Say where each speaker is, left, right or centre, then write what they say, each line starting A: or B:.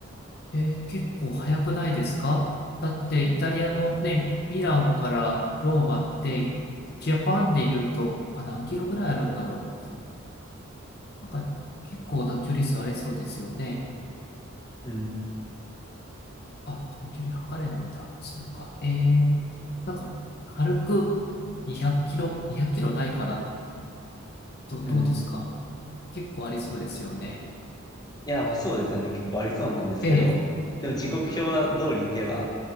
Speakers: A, on the left; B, on the left.
A: ええ結構早くないですかだってイタリアのね、ミランからローマって、ジャパンで言うと、あ、何キロぐらいあるんだろう。なんか結構な距離数ありそうですよね。
B: うん、
A: あ、これ距離測れないんだ。そっか。ええ、なんか軽く200キロ、2 0キロないかな。ど、
B: うん。
A: どうですか結構ありそうですよね。
B: いや、まあそうですよね。結構ありそうなんですけど。
A: ええ。
B: でも時刻表だ通り行けば、